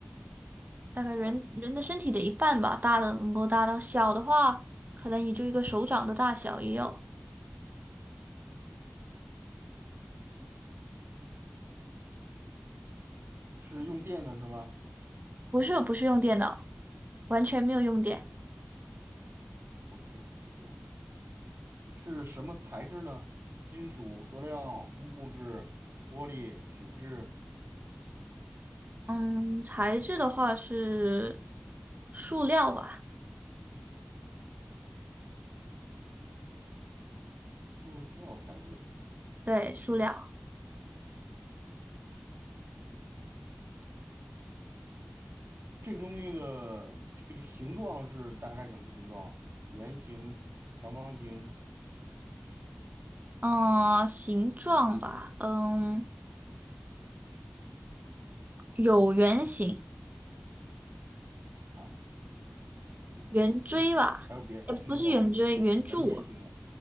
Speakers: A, on the right (about 45°); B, on the right (about 85°).
A: 大概人人的身体的一半吧。
B: 半人头。
A: 大的能够大到小的话，可能也就一个手掌的大小也有。
B: 是用电的是吗？
A: 不是，不是用电脑，完全没有用电。
B: 不是用电，是什么材质呢？金属、塑料、木质、玻璃、纸质、
A: 嗯，材质的话是塑料吧？
B: 塑料材质。
A: 对，塑料。
B: 这个东西的这个的形状是大概什么形状？圆形、长方形
A: 嗯，形状吧，嗯，有圆形、
B: 啊，
A: 圆锥吧？
B: 有圆形，还有扁形状、
A: 呃，不是圆锥，圆柱，
B: 圆锥形状、